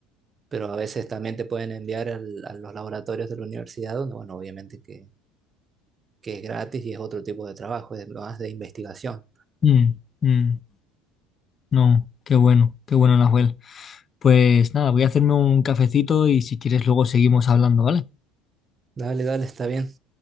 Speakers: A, on the right (about 30°); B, on the left (about 35°).
A: pero a veces también te pueden enviar al- a los laboratorios de la universidad donde, bueno, obviamente que, que es gratis y es otro tipo de trabajo, es más de investigación.
B: mm, mm. No, qué bueno, qué bueno, Nahuel. Pues nada, voy a hacerme un cafecito y si quieres luego seguimos hablando, ¿vale?
A: Dale, dale, está bien.